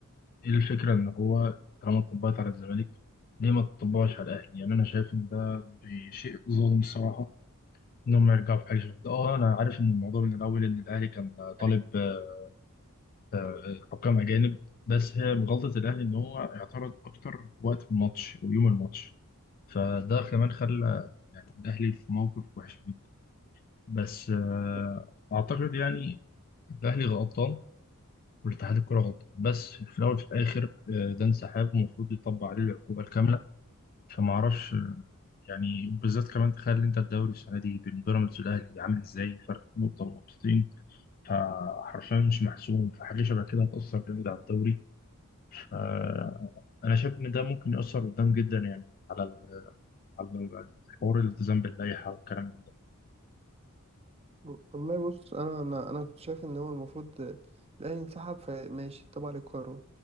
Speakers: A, on the left; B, on the right.
A: إيه الفكرة إن هو طالما اتطبقت على الزمالك ليه ما تطبقش على الأهلي؟ يعني أنا شايف إن ده بشيء ظلم الصراحة انهم يرجعوا في حاجه شبه كده اه انا عارف ان الموضوع من الاول ان الاهلي كان طالب
B: الأهلي.
A: آه، آه، حكام اجانب بس هي غلطه الاهلي ان هو اعترض اكتر وقت في الماتش ويوم الماتش فده كمان خلى يعني الاهلي في موقف وحش جدا بس آه،
B: لا
A: اعتقد يعني الاهلي غلطان والاتحاد الكره غلطان بس في الاول في الاخر آه، ده انسحاب ومفروض يطبق عليه العقوبه الكامله فما اعرفش آه، يعني بالذات كمان تخيل انت الدوري السنه دي بين بيراميدز والاهلي عامل ازاي فرق نقطه ونقطتين فحرفيا مش محسوم فحاجة شبه كده هتأثر جامد على الدوري فأنا شايف إن ده ممكن يأثر قدام جدا يعني على ال- على حوار الالتزام باللائحة والكلام من ده
B: والله بص انا انا انا كنت شايف ان هو المفروض الاهلي انسحب فماشي تبع للقرار